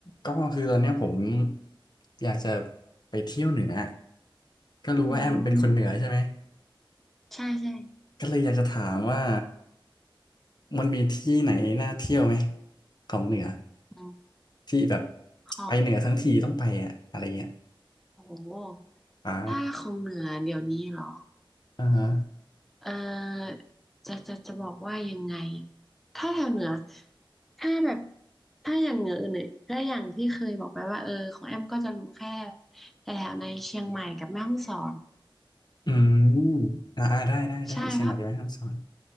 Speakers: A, on the left (about 50°); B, in the centre.
A: ก็คือตอนเนี้ยผมอยากจะไปเที่ยวเหนือก็รู้ว่าแอมเป็นคนเหนือใช่ไหม
B: อืมใช่ใช่
A: ก็เลยอยากจะถามว่ามันมีที่ไหนน่าเที่ยวไหมของเหนือ
B: อืม
A: ที่แบบ
B: ของ
A: ไปเหนือทั้งทีต้องไปอะอะไรเงี้ย
B: โอ้โห
A: อ่า
B: ถ้าของเหนือเดี๋ยวนี้เหรอ
A: อ่าฮะ
B: เออจะจะจะบอกว่ายังไงถ้าแถวเหนือถ้าแบบถ้าอย่างเหนืออื่นเนี่ยก็อย่างที่เคยบอกไปว่าเออของแอมก็จะรู้แค่แถวในเชียงใหม่กับแม่ฮ่องสอน
A: อืมอ่าอ่าได้ได้ได้เชียงใหม่ได้ไหมคำสอน
B: ใช่เพราะ